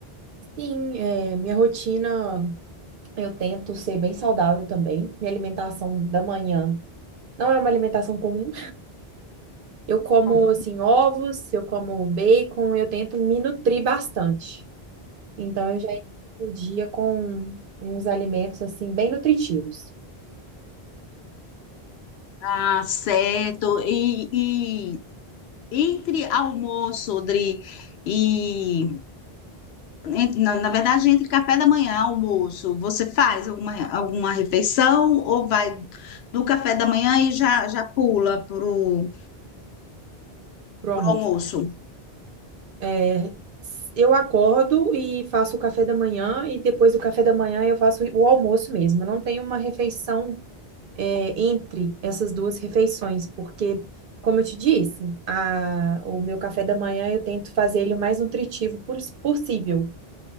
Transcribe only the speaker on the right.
Sim, é, minha rotina, eu tento ser bem saudável também. Minha alimentação da manhã não é uma alimentação comum Eu como
assim ovos, eu como bacon, eu tento me nutrir bastante. Então eu já inicio o dia com uns alimentos assim bem nutritivos
pro
almoço.
É, eu acordo e faço o café da manhã e depois do café da manhã eu faço o almoço mesmo. Eu não tenho uma refeição é, entre essas duas refeições, porque como eu te disse, a- o meu café da manhã eu tento fazer ele o mais nutritivo pos- possível.